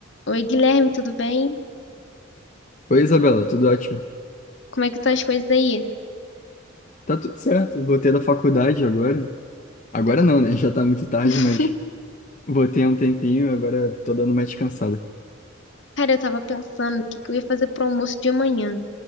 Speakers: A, on the left; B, on the left.
A: Oi, Guilherme, tudo bem?
B: Oi, Isabela, tudo ótimo?
A: Como é que estão as coisas aí?
B: Tá tudo certo, voltei da faculdade agora. Agora
A: Tá co-
B: não, né? <laughs> Já tá muito tarde,
A: <laughs>
B: mas voltei há um tempinho, agora tô dando uma descansada.
A: Cara, eu tava pensando o que que eu ia fazer pro almoço de amanhã. O